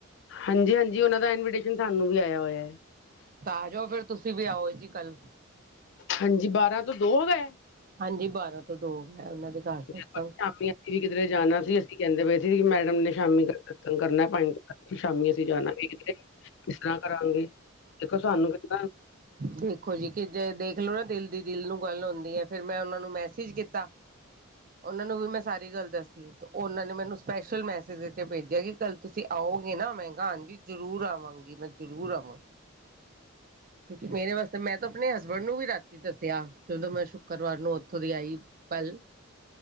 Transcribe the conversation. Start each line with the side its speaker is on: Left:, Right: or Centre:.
Left: ਹਾਂਜੀ-ਹਾਂਜੀ ਓਨਾਂ ਦਾ ਇਨਵੀਟੇਸ਼ਨ ਸਾਨੂੰ ਵੀ ਆਏਆ ਹੋਏਆ ਐ।
Right: ਤਾਂ ਆ ਜਾਓ ਫੇਰ ਤੁਸੀਂ ਵੀ ਆਓ ਜੀ ਕੱਲ।
Left: ਹਾਂਜੀ ਬਾਰਾਂ ਤੋਂ ਦੋ ਦੈ।
Right: ਹਾਂਜੀ ਬਾਰਾਂ ਤੋਂ ਦੋ ਐ ਓਨਾਂ ਦੇ। ਘਰ ਸਤਸੰਗ
Left: ਬਿਲਕੁਲ ਸ਼ਾਮੀ ਅਸੀਂ ਵੀ ਕਿਧਰੇ ਜਾਨਾ ਸੀ ਅਸੀਂ ਕੈਂਦੇ ਪਏ ਸੀ ਮੈਡਮ ਨੇ ਸ਼ਾਮੀ ਕਰ ਖ਼ਤਮ ਕਰਨਾ ਪੰਜ ਤੋਂ ਸ਼ਾਮੀ ਅਸੀਂ ਜਾਨਾ ਵੀ ਐ ਕਿਦਰੇ। ਕਿਸ ਤਰ੍ਹਾਂ ਕਰਾਂਗੇ, ਦੇਖੋ ਸਾਨੂੰ ਕਿੱਦਾਂ
Right: ਦੇਖੋ ਜੀ ਕਿ ਜੇ ਦੇਖਲੋ ਨਾ ਦਿਲ ਦੀ ਦਿਲ ਨੂੰ ਗੱਲ ਹੁੰਦੀ ਐ ਫਿਰ ਮੈਂ ਓਨਾਂ ਨੂੰ ਮੈਸੇਜ ਕੀਤਾ ਓਨਾਂ ਨੂੰ ਵੀ ਮੈਂ ਸਾਰੀ ਗੱਲ ਦੱਸੀ। ਓਨਾਂ ਨੇ ਮੈਨੂੰ ਸਪੈਸ਼ਲ ਮੈਸੇਜ ਕਰਕੇ ਭੇਜਿਆ ਕਿ ਕੱਲ ਤੁਸੀਂ ਆਓਗੇ ਨਾ ਮੈ ਕਾ ਹਾਂਜੀ। ਜ਼ਰੂਰ ਆਵਾਂਗੀ ਮੈਂ ਜ਼ਰੂਰ ਆਵਾਂਗੀ। ਕਿਓਂਕਿ ਮੇਰੇ ਵਾਸਤੇ ਮੈਂ ਤਾਂ ਆਪਨੇ ਹਸਬੈਂਡ ਨੂੰ ਵੀ ਰਾਤੀ ਦੱਸਿਆ ਜਦੋਂ ਮੈਂ ਸ਼ੁੱਕਰਵਾਰ ਨੂੰ ਓ ਓਥੋਂ ਦੀ ਆਈ ਪਲ,